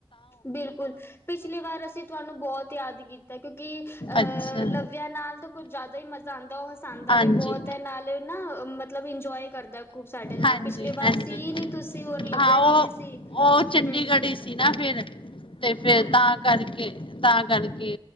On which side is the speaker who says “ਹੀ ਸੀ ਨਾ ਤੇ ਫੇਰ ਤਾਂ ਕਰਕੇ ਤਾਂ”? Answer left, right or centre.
Left